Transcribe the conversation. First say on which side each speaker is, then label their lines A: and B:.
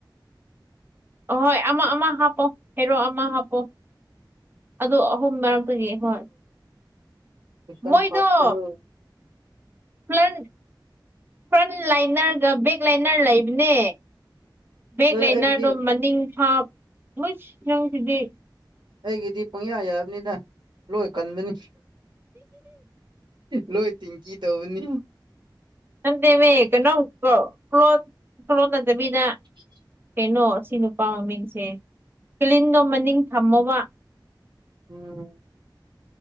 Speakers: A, on the right; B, on the right.
A: ꯑꯍꯣꯏ ꯑꯃ ꯑꯃ ꯍꯥꯞꯄꯣ ꯍꯦꯔꯣ ꯑꯃ ꯍꯥꯞꯄꯣ ꯑꯣ ꯑꯍꯨꯝ ꯃꯔꯝꯛꯇꯒꯤ ꯍꯣꯏ
B: ꯃꯤꯁꯟ
A: ꯃꯣꯏꯗꯣ
B: ꯐꯊ꯭ꯔ
A: ꯐ꯭ꯔꯟ ꯐ꯭ꯔꯟ ꯂꯥꯏꯅꯔꯒ ꯕꯦꯛ ꯂꯥꯏꯅꯔ ꯂꯩꯕꯅꯦ ꯕꯦꯦꯛ
B: ꯑꯦ
A: ꯂꯩꯅ
B: ꯑꯩꯒꯤꯗꯤ
A: ꯑꯗꯨꯝ ꯃꯅꯤꯡ ꯊꯥ ꯃꯣꯏ ꯅꯪꯁꯤꯗꯤ
B: ꯑꯩꯒꯤꯗꯤ ꯄꯨꯡꯌꯥ ꯌꯥꯕꯅꯤꯗ ꯂꯣꯏ ꯀꯟꯕꯅꯤ ꯂꯣꯏ ꯇꯤꯡ ꯀ ꯇꯧꯕꯅꯤ
A: ꯅ ꯃ ꯀꯅ ꯀ ꯀ꯭ꯂ꯭ꯂꯣ ꯀꯣꯊ ꯅ ꯃꯤꯗꯥ
B: ꯑꯗꯨ
A: ꯀꯩꯅꯣ ꯑꯁꯤ ꯅꯨꯄꯥ ꯃꯃꯤꯡꯁꯦ ꯀꯂꯤꯟꯗꯣ ꯃꯅꯤꯡ ꯊꯝꯃꯣꯕ
B: ꯑꯣꯝ